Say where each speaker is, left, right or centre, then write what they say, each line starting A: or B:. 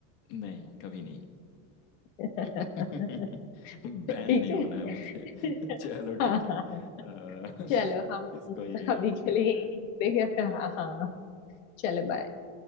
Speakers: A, on the left (about 65°); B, on the left (about 80°).
A: नहीं कभी नहीं
B: <laughs>
A: <laughs> बैन
B: ठीक
A: नहीं होना है मुझे
B: है
A: चलो
B: <laughs> हाँ
A: ठीक है
B: हाँ
A: अ, <laughs>
B: चलो हम
A: इसको यहीं
B: अभी
A: रैप अप
B: के
A: करते
B: लिए यहीं
A: हैं
B: पे हाँ
A: भाई।
B: हाँ चलो बाय